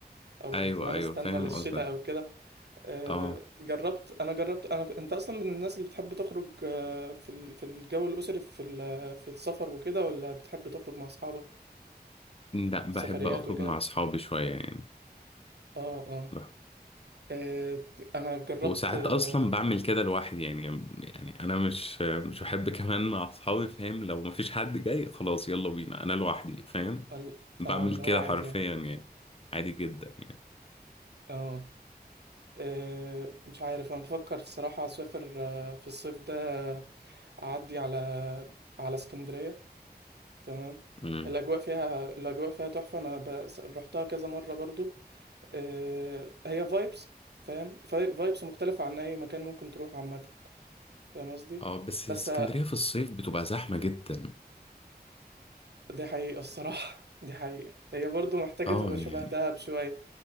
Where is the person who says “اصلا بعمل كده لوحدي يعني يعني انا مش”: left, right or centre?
Left